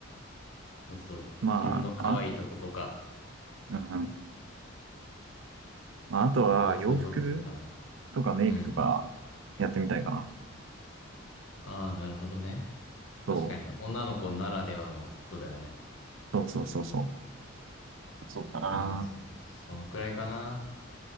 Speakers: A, on the left; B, on the right.
A: そうそう。
B: まあ、
A: 自分の可愛いとことか。
B: あ、ううんまあ、あとは洋服
A: まあ、そういうことするかな。
B: とかメイクとかやってみたいかな。
A: うん。ああ、なるほどね。
B: そう、
A: 確かに、女の子ならではのことだよね。
B: そうそうそうそう。そうかな。
A: まあ、そ、そんくらいかな。